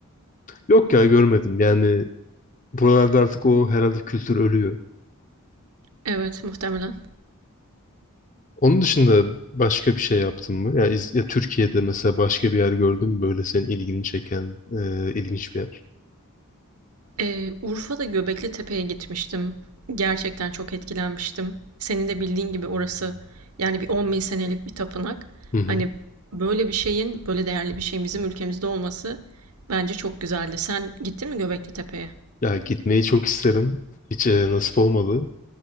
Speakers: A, on the left (about 35°); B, on the right (about 80°).
A: yok ya görmedim. Yani buralarda artık o herhalde kültür ölüyor.
B: Evet muhtemelen.
A: Onun dışında başka bir şey yaptın mı? Ya, iz- ya Türkiye'de mesela başka bir yer gördün mü böyle senin ilgini çeken e, ilginç bir yer?
B: Eee, Urfa'da Göbekli Tepe'ye gitmiştim. Gerçekten çok etkilenmiştim. Senin de bildiğin gibi orası yani bir 10 bin senelik bir tapınak.
A: Hı hı.
B: Hani böyle bir şeyin, böyle değerli bir şeyin bizim ülkemizde olması bence çok güzeldi. Sen gittin mi Göbekli Tepe'ye?
A: Ya gitmeyi çok isterim. Hiç e, nasip olmadı.